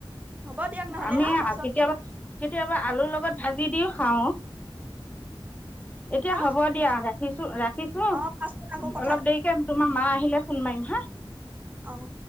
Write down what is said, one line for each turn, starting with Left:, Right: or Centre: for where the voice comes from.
Right: হ'ব দিয়ক নহ'লে
Left: আমি
Right: হা পাছত
Left: কেতিয়াবা কেতিয়াবা আলুৰ লগত ভাজি দিও খাওঁ। এতিয়া
Right: হা
Left: হ'ব দিয়া, ৰাখিছো, ৰাখিছো
Right: অ পাছত আকৌ কথা
Left: অলপ
Right: পাতিম
Left: দেৰি তোমাৰ মা আহিলে ফোন মাৰিম হা?
Right: অঁ।